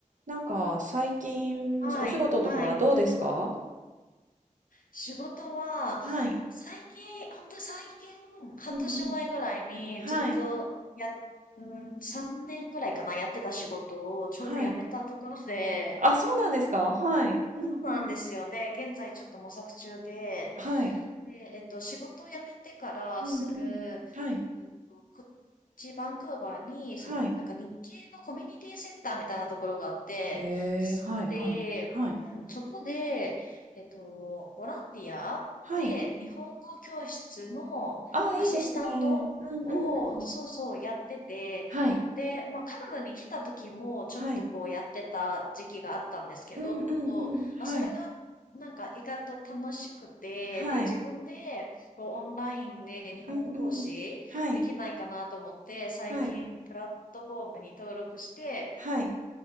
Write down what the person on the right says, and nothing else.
なんか最近お仕事とかどうですか
はい。
うんうん。はい。
はい。あ、そうなんですかはい。うんうん。
はい。
うんうん。はい。
はい。
へ
え、はい、はい、はい。
はい。あ、いいですね。うんうんうん。
はい。
はい。うんうんうん。
はい。
はい。
うんうん。はい。
はい。はい。